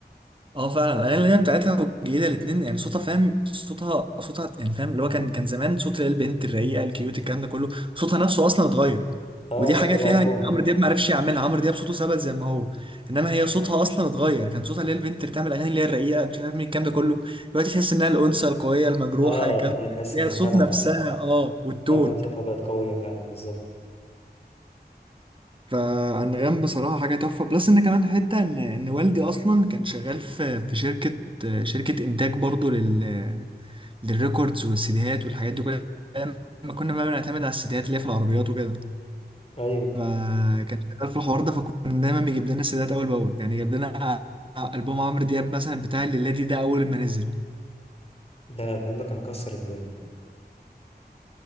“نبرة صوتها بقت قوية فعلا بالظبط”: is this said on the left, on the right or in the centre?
Left